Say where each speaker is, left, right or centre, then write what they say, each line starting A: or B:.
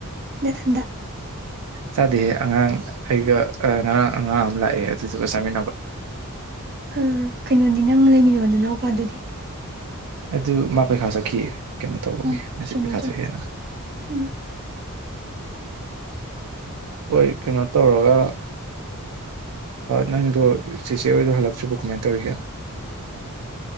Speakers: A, on the right (about 45°); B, on the right (about 80°).
A: ꯅ ꯊꯟꯗ
B: ꯆꯥꯗꯦꯍꯦ ꯑꯉꯥꯡ ꯑꯩꯒ ꯑꯉꯥꯡ ꯑꯉꯥꯡ ꯑꯃ ꯂꯥꯛꯑꯦ ꯑꯗꯨꯗꯨꯒ ꯆꯥꯃꯤꯟꯅꯕ <unintelligible>
A: ꯎꯝ ꯀꯩꯅꯣꯗꯤ ꯂꯩꯃꯤꯟꯅꯕ ꯅꯅꯥꯎꯄꯥ ꯑꯗꯨꯗꯤ
B: ꯑꯗꯨ ꯃꯥ ꯄꯩꯈꯥ ꯆꯠꯈꯤꯌꯦ ꯀꯩꯅꯣ ꯇꯧꯕꯒꯤꯦ
A: ꯎꯝ
B: ꯉꯁꯤ
A: ꯆꯨꯝꯃꯤ
B: ꯄꯩꯈꯥꯖꯒꯦꯅ
A: ꯆꯨꯝꯃꯤ ꯎꯝ
B: ꯍꯣꯏ ꯀꯩꯅꯣ ꯇꯧꯔꯒ ꯅꯪꯗꯣ ꯁꯤꯆꯦ ꯑꯣꯏꯗꯣ ꯍꯜꯂꯛꯆꯕ ꯀꯃꯥꯏꯅ ꯇꯧꯔꯤꯒꯦ